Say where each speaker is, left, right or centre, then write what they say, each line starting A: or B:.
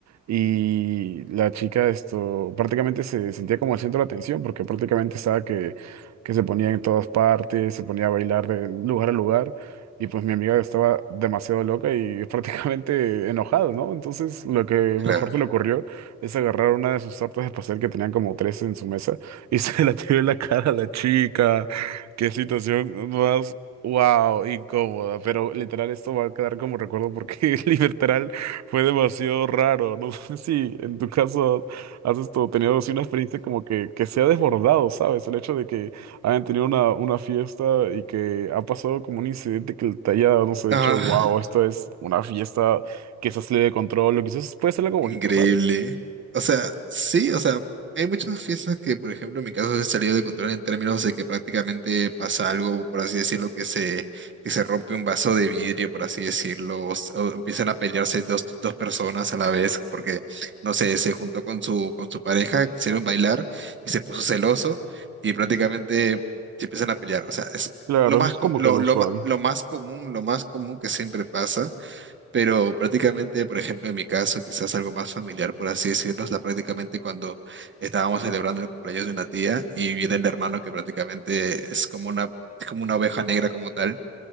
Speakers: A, on the right; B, on the right.
A: y la chica esto prácticamente se sentía como el centro de la atención porque prácticamente estaba que, que se ponía en todas partes, se ponía a bailar de lugar a lugar. Y pues mi amiga estaba demasiado loca y <laughs> prácticamente enojada, ¿no? Entonces lo que mejor
B: Claro.
A: se le ocurrió es agarrar una de sus tartas de pastel que tenían como tres en su mesa y <laughs> se la tiró en la cara a la chica. Qué situación más, wow, incómoda. Pero literal esto va a quedar como recuerdo porque <laughs> literal fue demasiado raro. No sé si en tu caso has esto, tenido así una experiencia como que, que se ha desbordado, ¿sabes? El hecho de que hayan tenido una, una fiesta y que ha pasado como un incidente que te haya, no sé, dicho,
B: Ah.
A: wow, esto es una fiesta que se salido de control, o quizás puede ser algo bonito,
B: Increíble.
A: ¿sabes?
B: O sea, sí, o sea, hay muchas fiestas que, por ejemplo, en mi caso se han salido de control en términos de que prácticamente pasa algo, por así decirlo, que se, que se rompe un vaso de vidrio, por así decirlo, o, s- o empiezan a pelearse dos, dos personas a la vez porque, no sé, se juntó con su, con su pareja, quisieron bailar y se puso celoso y prácticamente se empiezan a pelear. O sea, es
A: Claro,
B: lo más,
A: eso es
B: co-
A: como
B: lo,
A: que lo
B: lo,
A: usual.
B: ma- lo más común, lo más común que siempre pasa. Pero prácticamente, por ejemplo, en mi caso, quizás algo más familiar, por así decirlo, es la prácticamente cuando estábamos celebrando el cumpleaños de una tía y viene el hermano que prácticamente es como una, es como una oveja negra como tal.